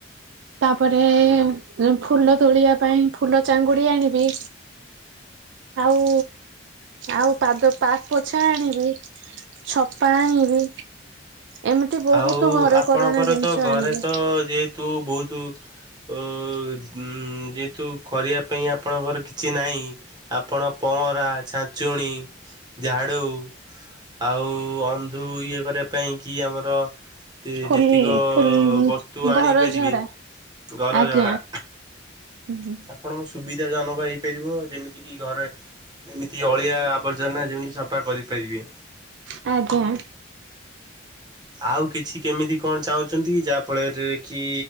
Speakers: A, on the right; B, on the right.
A: ତାପରେ ଫୁଲ ତୋଳିବା ପାଇଁ ଫୁଲ ଚାଙ୍ଗୁଡ଼ି ଆଣିବି। ଆଉ ଆଉ ପାଦ ପାପୋଛା ଆଣିବି। ଛପା ଆଣିବି। ଏମିତି ବହୁତ
B: ଆଉ
A: ଘରକରଣା
B: ଆପଣଙ୍କର
A: ଜିନିଷ
B: ତ ଘରେ
A: ଆଣିବି।
B: ତ ଯେହେତୁ ବହୁତୁ ଓ ଉଁ ଯେହେତୁ କରିବା ପାଇଁ ଆପଣଙ୍କର କିଛି ନାଇଁ। ଆପଣ ପହଁରା, ଛାଞ୍ଚୁଣିୀ, ଝାଡ଼ୁ, ଆଉ ଅନ୍ଧୁ, ଇଏ କରିବା ପାଇଁ କି ଆମର,
A: ଫୁଲ୍
B: ଯେତିକ
A: ଫୁଲ୍
B: ବସ୍ତୁ ଆଣି
A: ଘର
B: ପାରିବେ।
A: ଝରା
B: ଘର
A: ଆଜ୍ଞା।
B: ଝଡ଼ା,
A: ହୁଁ, ହୁଁ।
B: ଆପଣଙ୍କ ସୁବିଧା ଜନକ ହେଇପାରିବ। ଯେମିତି କି, ଘରେ ଯେମିତି ଅଳିଆ, ଆବର୍ଜନା, ଯେମିତି ସଫା କରିପାରିବେ।
A: ଆଜ୍ଞା।
B: ଆଉ କିଛି କେମିତି କଣ ଚାହୁଁଛନ୍ତି? ଯାହା ଫଳରେ କି